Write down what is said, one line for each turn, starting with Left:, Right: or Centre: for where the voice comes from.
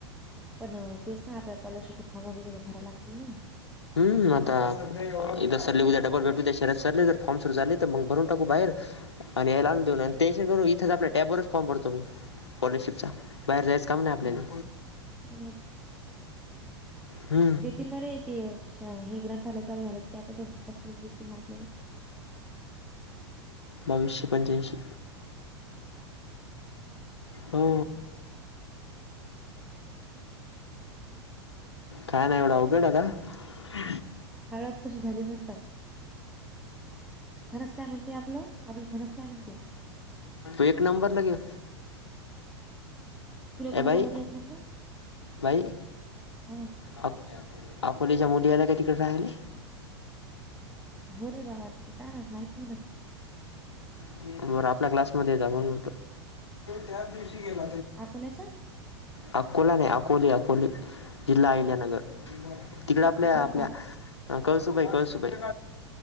Centre: पण तेच ना आपल्याला स्कॉलरशिप चे फॉरर्मा बीमा भरायला लागतील ना
Left: हम् आता एकदा सरले उद्या डबल बेट उद्या शहरात चाले तर फॉर्म सुरू झाले तर मग भरून टाकू बाहेर आणि या लाून देऊन आणि टेन्शन करून इथेच आपल्या टॅबवरच फॉर्म भरतो मी स्कॉलरशिप चा बाहेर जायचं काम नाही आपल्याला
Centre: हो ना ते ना
Left: हम्म
Centre: तील ना रे ते हे ग्रंथाय चाल झालं ते आपण ते पस देतील आपल्याला <inaudible>
Left: बावीसशे पंच्याऐंशी हो काय नाही एवढा उघड आहे का
Centre: हळद कशी झाली म्हणतात फरस काय म्हणते आपलं आपलं फनस काय म्हणते
Left: एक नंबर लगे
Centre: तुला कोण
Left: ए बाई
Centre: सांगितलं एक नंबर
Left: बाई
Centre: हा
Left: अकोलेच्या मुली आल्या काय तिकडे राहिले?
Centre: हो रे बा वाटते काय माहित माहित नाही नक्की.
Left: बरं आपल्या क्लासमध्ये जातो त्या दिव..
Centre: अकोल्याचा
Left: अकोला नाही अकोले अकोले जिल्हा अहिल्यानगर. तिकड आपल्या
Centre: नाही
Left: आपल्या
Centre: बाप
Left: कळसुबाई कळसुबाई..